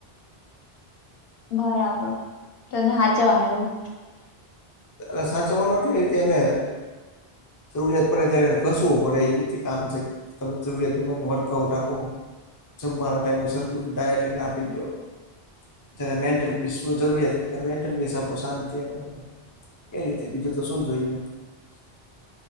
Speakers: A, on the left; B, on the left.
A: બરાબર તો એને સાચવાનું એવું
B: એ સાચાવનું એટલે એ રીતે એને જરૂરિયાત પડે ત્યારેને કસવું પડે એ રીતે કામ છે તમે જરૂરિયાત પ્રમાને વર્કઆઉટ આપો સંભવાના ટાઈમે સરગું ડાયટને આપી જ દયો જય્યારે મેન્ટલ પીસ જરૂરિયાત હોય ત્યારે મેન્ટલ પીસ આપપોશાંતિ આપો એ રીતે બીજું તો શું જોઈએ